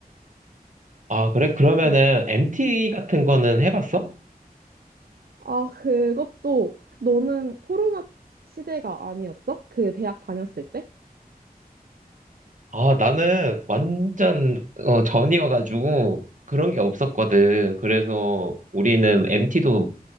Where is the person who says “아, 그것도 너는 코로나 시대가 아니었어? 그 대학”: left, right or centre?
Right